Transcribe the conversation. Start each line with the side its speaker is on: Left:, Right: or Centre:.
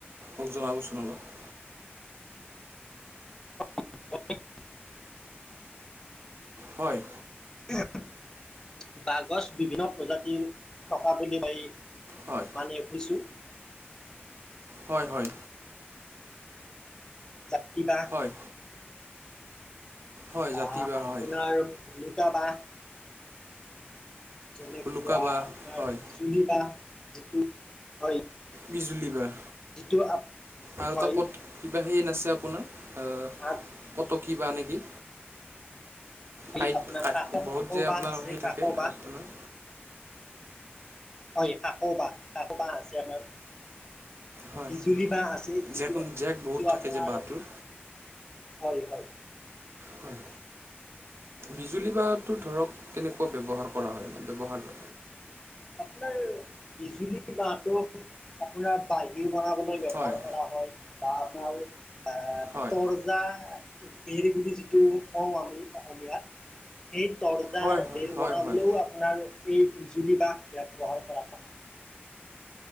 Right: মোক জনাবচোন অলপ।
Left: <unintelligible>
Right: হয়
Left: <inaudible> বাহগছ বিভিন্ন প্ৰজাতিৰ থকা বুলি কয়।
Right: হয়।
Left: টানিয়ে ফুৰিছোঁ।
Right: হয়, হয়।
Left: জাতি বাঁহ,
Right: হয়। হয়
Left: বা
Right: জাতি বাঁহ
Left: আপোনাৰ
Right: হয়
Left: ভুলুকা বাঁহ। যেনেকুৱা
Right: ভুলুকা বাঁহ
Left: আপোনাৰ
Right: হয়
Left: বিজুলী বাঁহ, যিটো হয়
Right: বিজুলী বাঁহ।
Left: যিটো আপ
Right: আৰু
Left: হয়
Right: এটা ক'ত কিবা সেই নাছে আপোনাৰ
Left: আগ-
Right: কট কি বাঁহ নেকি।
Left: হয়
Right: কাঁইট
Left: আপোনাৰ
Right: কা
Left: কাক
Right: বহুত
Left: কাক
Right: যে
Left: বাঁহ
Right: আপোনাৰ
Left: আছে
Right: হেই
Left: কাক
Right: থাকে
Left: বাঁহ
Right: আপোনাৰ।
Left: হয়, কাকো বাঁহ কাকো বাঁহ আছে আপোনাৰ।
Right: হয়
Left: বিজুলী বাঁহ আছে যিটো
Right: জেক জেক
Left: যিটো
Right: বহুত থাকে
Left: আপোনাৰ
Right: যে বাঁহটোৰ
Left: হয়, হয়।
Right: হয়। বিজুলী বাঁহ টো ধৰক কেনেকুৱা ব্যৱহাৰ কৰা হয়, ব্যৱহাৰ?
Left: আপোনাৰ বিজুলী বাঁহটো আপোনাৰ বাঁহী বনাবলৈ ব্যৱহাৰ
Right: হয়
Left: কৰা হয়, বা আপোনাৰ এ
Right: হয়
Left: তৰ ৰ্জা বেৰ বুলি যিটো কওঁ আমি অসমীয়াত। এই তৰ্জাৰ
Right: হয় হয়
Left: বেৰ
Right: হয়
Left: বনাবলৈও
Right: হয়
Left: আপোনাৰ এই বিজুলী বাঁহ ব্যৱহাৰ কৰা হয়।